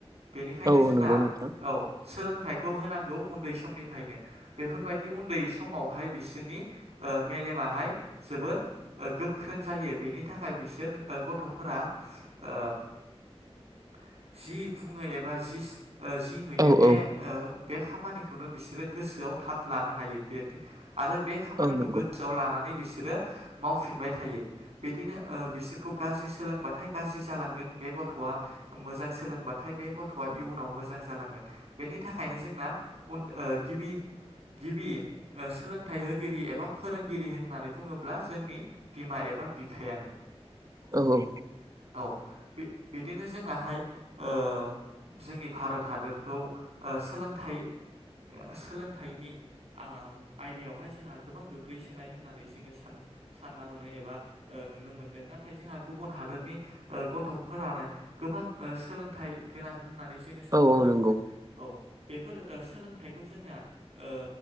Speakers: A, on the right; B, on the right.
A: बेनिखायनो
B: औ
A: जोंना
B: औ नंगौ नोंथां
A: औ सोलों थाइखौ होनांगौ उन्दै समनिफायनो बेफोरबायदि उन्दै समावहाय बिसोरनि ओ मे मेलेमाहाय जोबोर ओ गोख्रों जायो बेनि थाखाय बिसोर ओ गथ'फोरा ओ जि बुङो एबा जिस ओ जि नुयो
B: औ
A: बे
B: औ
A: ओ बे खामानिखौनो बिसोरो गोसोआव थाब लानो हायो बे आरो बे खामानिखौ
B: औ नंगौ
A: गोसोआव लानानै बिसो रो मावफिनबाय थायो बिदिनो ओ बिसोरखौ गाज्रि सोलोंबाथाय गाज्रि जालांगोन बे गथ'आ मोजां सोलोंबाथाय बे गथ'आ इयुनाव मोजां जालांगोन बेनि थाखायनो जोंना उन्द ओ गिबि गिबि ओ सोलोंथाइ होगिरि एबा फोरोंगिरि होननानै बुङोब्ला जोंनि बिमा ए बा बिफायानो।
B: औ औ
A: औ बि-बिदिनो जोंनाहाय ओ जोंनि भारत हादरखौ ओ सोलोंथाइ सोलोंथाइनि आंओम आयदायावहाय जोंहा गोबां गोग्लैसोनाय होननानै जोङो सान सानना मोनो एबा ओ नुनो मोनदों नाथाय जोंहा गुबुन हादोरनि गथ'फोरानो गोबां ओ सोलोंथाइ गोनां होन नानै जोङो साननानै
B: औ औ नंगौ
A: मोनो औ बेफोर ओ सोलोंथाइखौ जोंना ओ